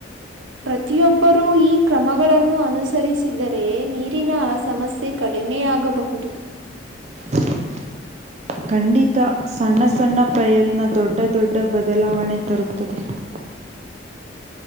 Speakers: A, on the right; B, on the right.
A: ಪ್ರತಿಯೊಬ್ಬರೂ ಈ ಕ್ರಮಗಳನ್ನು ಅನುಸರಿಸಿದರೆ ನೀರಿನ ಆ ಸಮಸ್ಯೆ ಕ. ಕಡಿಮೆ ಆಗಬಹುದು.
B: ಟ್. <unintelligible> <inaudible> ಖಂಡಿತ ಸಣ್ಣ ಸಣ್ಣ ಪ್ರಯತ್ನ ದೊಡ್ಡ ದೊಡ್ಡ ಬದಲಾವಣೆ ತರುತ್ತದೆ. ಟ್ <unintelligible>